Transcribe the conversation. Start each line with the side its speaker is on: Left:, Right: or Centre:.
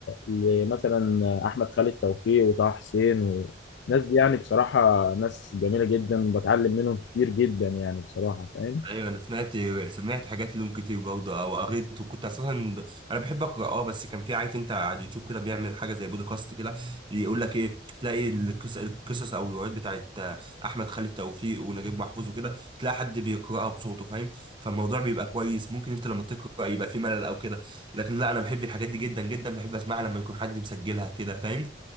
Left: آه، مثلا احمد خالد توفيق وطه حسين والناس دي يعني بصراحه ناس جميله جدا بتعلم منهم كتير جدا يعني بصراحه فاهم
Right: ايوه انا سمعت سمعت حاجات لهم كتير برضه او قريت وكنت اساسا ب... انا بحب اقرا اه بس كان في عارف انت على اليوتيوب كده بيعمل حاجه زي بودكاست كده يقول لك ايه تلاقي القصص القصص او الروايات بتاعت احمد خالد توفيق ونجيب محفوظ وكده تلاقي حد بيقراها بصوته فاهم فالموضوع بيبقى كويس ممكن انت لما تقرا يبقى في ملل او كده لكن لا انا بحب الحاجات دي جدا جدا بحب اسمعها لما يكون حد مسجلها كده فاهم